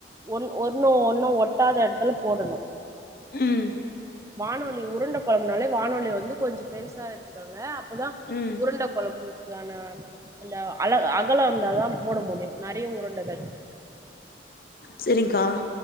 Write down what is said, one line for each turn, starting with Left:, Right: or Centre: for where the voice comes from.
Right: ஒன் ஒன்னு ஒன்னு ஒட்டாத எடத்துல போடணு
Left: ம்.
Right: வானவலி உருண்ட பண்ணாலே வானவலி வந்து கொஞ்சோ பெருசா எடுத்துக்கோங்க அப்பதா
Left: ம்
Right: உருண்ட கொழம்புக்கான அந்த அள அகலோ இருந்தாதா போட முடியு நெறைய உருண்டுகள்
Left: செரிங்கா